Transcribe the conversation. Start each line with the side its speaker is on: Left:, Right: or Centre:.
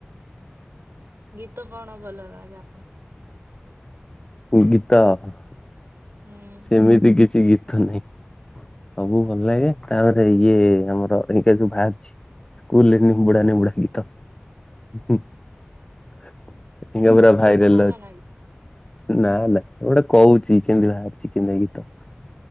Right: ଗୀତ କ'ଣ ଭଲ ଲାଗେ? ଆପଣ
Left: <inaudible>
Right: <inaudible>
Left: ସେମିତି କିଛି ଗୀତ ନାହିଁ। ସବୁ ଭଲ୍ ଲାଗେ, ତା'ପରେ ଇଏ ଆମର ଯଉ ଭାର୍ଛି। <inaudible> <inaudible>
Right: ସେଇଟା ଭଲ ନାଗେ
Left: ନା ନା ଗୋଟେ କହୁଚି, କେନ୍‌ତି ବାହାର୍ଛି କେନ୍ତିଆ ଗୀତ।